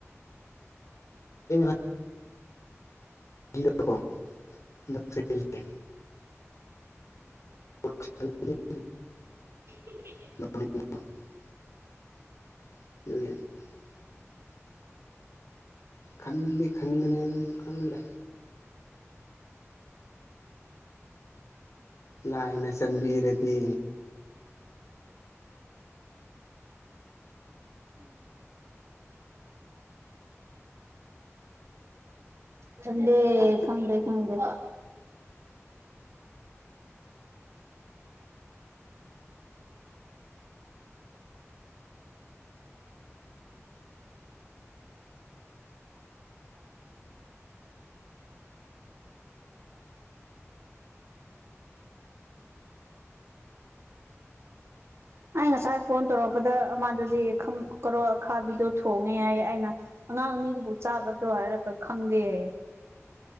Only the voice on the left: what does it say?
<unintelligible> <inaudible> ꯁꯤꯗ ꯀꫭ ꯈꯟꯖꯛ ꯆꯍꯤꯖꯦ <unintelligible>
<inaudible>
ꯑ <inaudible> <unintelligible> ꯈꯟꯗꯤ ꯈꯟꯕꯅꯦꯗꯨ ꯈꯪꯗꯦ ꯂꯥꯏꯅ ꯆꯟꯕꯤꯔꯗꯤ